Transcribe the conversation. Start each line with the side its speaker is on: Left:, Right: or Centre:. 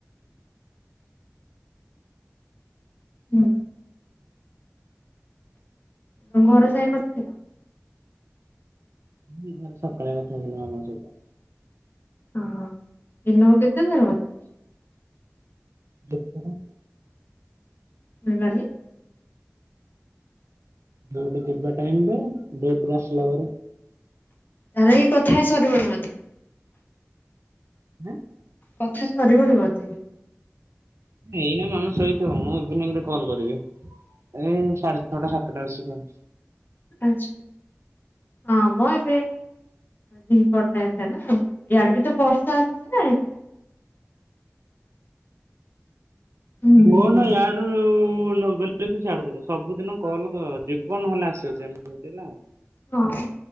Left: ହୁଁ। ତମ ଘର ସା କଥା ହେଇନ?
Right: ଦି ଘରେ ସକାଳେ କଥା ହେଇଥିଲି ମାମା ସହିତ।
Left: ଅହ, ଦିନକୁ କେତେଥର କଥା ହଉଚୁ
Right: ଦି ଥର।
Left: ନେବାନି।
Right: ଡେଟ ଯିବା ଟାଇମଟା, ଡେଟ ରୁ ଆସିଲା ପରେ।
Left: ତାର ଏଇ କଥା ସରିବଣି ବୋଧେ।
Right: <unintelligible>
Left: କଥା ସରିବନି ବୋଧେ?
Right: ଏଇନା ମାମା ଶୋଇଥିବ, ମୁଁ ଇଭିନିରେ କଲ କରିବି, ଏ ସାଢେ ଛଅଟା ସା ସାତ ଟା ସୁଧା।
Left: ଆଛା, ହଁମ ଏବେ ଦି ପହର ଟାଇମ ଟା ନା, ଇଆଡେ ବି ତ ବର୍ଷା ଆସୁଚି ନା ଏ। ହୁଁ।
Right: ମୋର ନା ୟାଡୁ ନ ଗଲେ ବି ଛାଡୁ କର, ସବୁଦିନ କଲ ଜୀବ ନ ହେଲେ ଆସିବ, ଏମିତି ହେଲା ଆଉ।
Left: ହଁ।